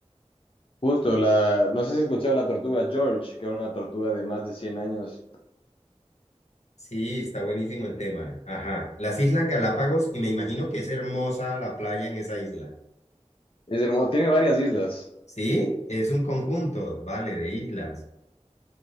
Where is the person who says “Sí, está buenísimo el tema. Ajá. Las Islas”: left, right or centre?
Left